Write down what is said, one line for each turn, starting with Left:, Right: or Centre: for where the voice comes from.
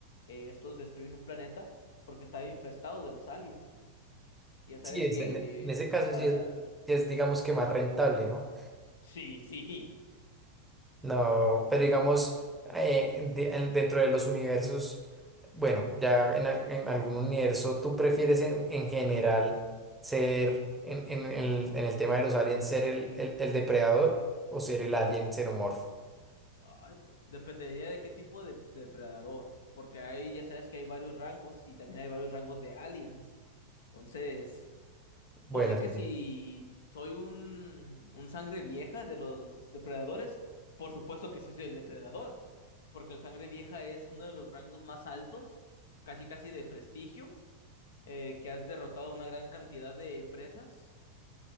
Left: eh, estos destruyen un planeta porque estaba infestado de los aliens. Y Ya sabes
Centre: Sí, es,
Left: que...
Centre: en, en ese caso
Left: pa-
Centre: sí es, sí es digamos que más rentable, ¿no?
Left: Sí, sí.
Centre: No, pero digamos, eh, de- en- dentro de los universos, bueno, ya en, al- en algún universo, ¿tú prefieres en, en general ser, en, en- en el, en el tema de los aliens, ser el, el- el depredador o ser el alien xenomorfo?
Left: Ay, p- dependería de qué tipo de, de depredador, porque ahí ya sabes que hay varios rangos y también hay varios rangos de aliens. Entonces...
Centre: Bueno,
Left: Ponle
Centre: Sí.
Left: que si soy un, un sangre vieja de los depredadores, por supuesto que sí soy el depredador, porque el sangre vieja es uno de los rangos más altos, casi casi de prestigio, eh, que has derrotado una gran cantidad de presas,